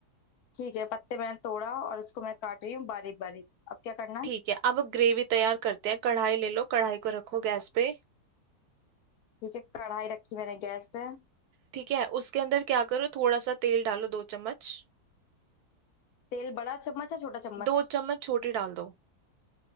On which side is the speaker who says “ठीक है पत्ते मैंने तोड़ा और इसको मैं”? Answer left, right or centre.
Left